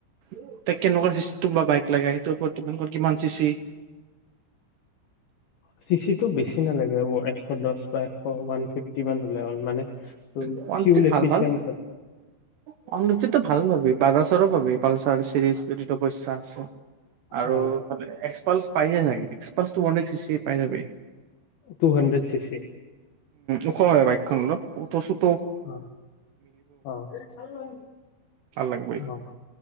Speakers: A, on the right; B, on the left.
A: তোক কেনেকুৱা চিচতেমৰ বা বাইক লাগে, সটো তমাক কিমান চিচি
B: চি চি টো বেছি নালাগে মোক, এশ দহ বা এশ, ওৱান ফিফটি মান হ'লে‌ হ'ল। মানে
A: ওৱান
B: ফিউল
A: ফিফটি, ভাল,
B: এফিচিয়েণ্ট
A: ‌ ভাল। ওৱান‌ ফিফটিততো ভাল পাবি। বাজাছৰো পাবি পালচাৰ চিৰিজটো, যদি তোৰ পইচা আৰু
B: অ
A: এক্সপাল পাই নাগে এক্সপাল টানড ছিক্স পাই যাবি
B: টু হাণ্ড্ৰেড চিচি
A: ওখ হয় বাইকখন অলপ। অঁ' তু
B: অঁ', অঁ',
A: ভাল লাগব এইখন।
B: অঁ',